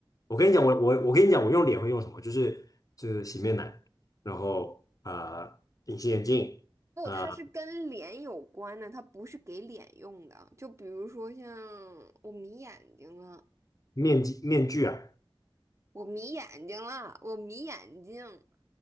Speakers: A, on the left; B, on the right.
A: 我跟你讲，我我我跟你讲，我用脸会用什么？就是就是洗面奶，然后啊、呃隐形眼镜啊、
B: 不，它是跟脸有关的，
A: 呃
B: 它不是给脸用的。就比如说像我迷眼睛了，
A: 面具面具啊，
B: 我迷眼睛了，我迷眼睛。